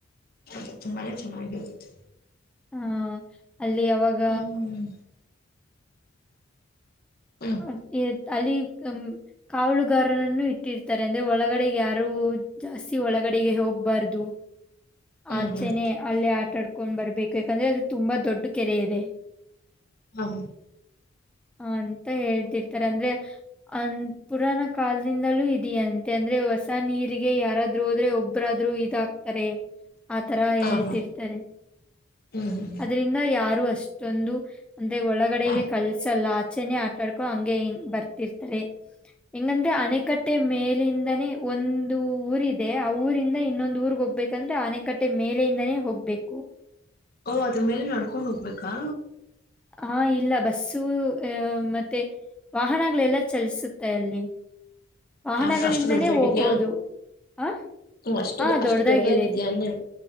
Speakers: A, on the left; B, in the centre.
A: ಹೌದು ತುಂಬಾನೇ ಚೆನ್ನಾಗಿರುತ್ತೆ
B: ಹಾ ಅಲ್ಲಿ ಯಾವಾಗ
A: ಹ್ಮ್ ಹ್ಮ್ ಹ್ಮ್
B: ಅ- ಅಲ್ಲಿ ಕಾವಲುಗಾರರನ್ನು ಇಟ್ಟಿರ್ತಾರೆ ಅಂದ್ರೆ ಒಳಗಡೆಗೆ ಯಾರು ಜಾಸ್ತಿ ಒಳಗಡೆಗೆ ಹೋಗ್ಬಾರ್ದು
A: ಹ್ಮ್
B: ಆಚೆನೆ ಅಲ್ಲೇ ಆಟಾಡ್ಕೊಂಡ್ ಬರರ್ಬೇಕು ಯಾಕಂದ್ರೆ ಅದು ತುಂಬಾ ದೊಡ್ಡ ಕೆರೆ ಇದೆ
A: ಹ್ಮ್
B: ಹಾ ರಿ ಅಂತ ಹೇಳ್ತಿರ್ತಾರೆ ಅಂದ್ರೆ ಅ ಪುರಾಣ ಕಲ್ದಿಂದಲೂ ಇದ ಅಂತೆ ಅಂದ್ರೆ ಹೊಸ ನೀರಿಗೆ ಯಾರಾದ್ರು ಹೋದ್ರೆ ಒಬ್ರಾದ್ರು ಇದ ತಕ್ತಾರೆ ಆತರ
A: ಹ
B: ಹೇಳ್ತಿರ್ತಾರೆ
A: ಹ ಹ್ಮ್
B: ಅದರಿಂದ ಯಾರು ಅಷ್ಟ ರೆಂದು ಅಂದೆ ಒಳಗಡೆಗೆ
A: ಹ
B: ಕಲ್ಸಲ್ಲ ಚನಿ ಆ ಡ್ಕೊಂಡ ಹಂಗೆ ಹಿಂಗ ಬರ್ತಿರ್ತಾರೆ ಎಂಗಂದೆ ಅಣೆಕಟ್ಟೆ ಮೇಲೆ ಮೇಲಿಂದಾನೇ ಒಂದು ಊರ ಇದೆ ಆ ಊರಿಂದ ಇನ್ನೊಂದು ಊರ್ಗ್ ಹೋಗ್ಬೇಕಂದ್ರೆ ಆನೆಕಟ್ಟೆ ಮೇಲೆಯಿಂದಾನೇ ಹೋಗ್ಬೇಕು
A: ಓಹ ಅದ್ರ ಮೇಲೆ ನಡ್ಕೊಂಡ್ ಹೋಗ್ಬೇಕಾ
B: ಹಾ ಇಲ್ಲ ಬಸ್ಸು ಅ ಮತ್ತೆ ವಾಹನಗಳೆಲ್ಲ ಚಲಿಸುತ್ತೆ ಅಲ್ಲಿ ವಾಹನಗಳಿಂದನೇ
A: ಹೌದ ಅಷ್ಟು ದೊಡ್ಡದಾಗಿದ್ಯಾ
B: ಹೋಗೋದು ಹ
A: ಹ್ಮ್ ಅಷ್ಟು
B: ಹ
A: ಅಷ್ಟು
B: ದೊಡ್ಡದಾಗಿದೆ
A: ದೊಡ್ಡದಾಗಿದ್ಯಾ ಅನ್ನೆ